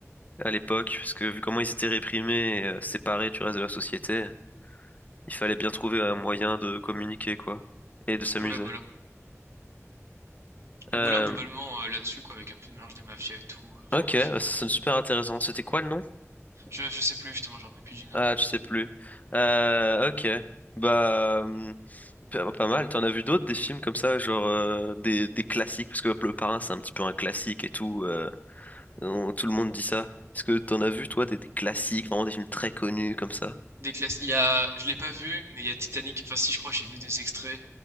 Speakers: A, on the left (about 30°); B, on the right (about 60°).
A: à l'époque, parce que vu comment ils étaient réprimés et euh, séparés du reste de la société, il fallait bien trouver un moyen de communiquer, quoi, et de s'amuser.
B: Ouais, voilà. Donc
A: Euh,
B: voilà, globalement, euh, là-dessus, quoi, avec un peu de mélange des mafias et tout. euh, Enfin
A: ok,
B: bref.
A: bah, ça sonne super intéressant. C'était quoi le nom?
B: Je, je sais plus, justement, je me rappelle plus du nom.
A: Ah, je sais plus. Euh, ok, bah hum, pas pas mal. T'en as vu d'autres des films comme ça, genre euh, des, des classiques, parce que Le Parrain c'est un petit peu un classique et tout. euh, On- tout le monde dit ça. Est-ce que t'en as vu, toi, des, des classiques, vraiment des films très connus comme ça?
B: Des classes. Il y a. Je l'ai pas vu, mais il y a Titanic. Enfin, si, je crois, j'ai vu des extraits.